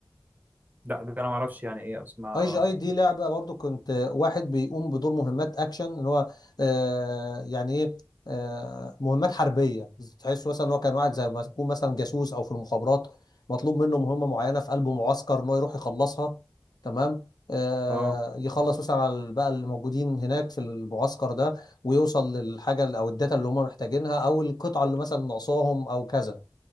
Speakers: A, on the right (about 20°); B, on the left (about 60°).
A: لا ده انا ما اعرفش يعني ايه اسمها
B: اي جي اي دي لعبه برضو كنت واحد بيقوم بدور مهمات اكشن ان هو آه يعني ايه آه مهمات حربيه تحس مثلا ان هو كان واحد زي ما يكون مثلا جاسوس او في المخابرات مطلوب منه مهمه معينه في قلب معسكر ان هو يروح يخلصها تمام آه
A: اه
B: يخلص مثلا على ال- بقى اللي موجودين هناك في المعسكر ده ويوصل للحاجه ال- او الداتا اللي هم محتاجينها او القطعه اللي مثلا ناقصاهم او كذا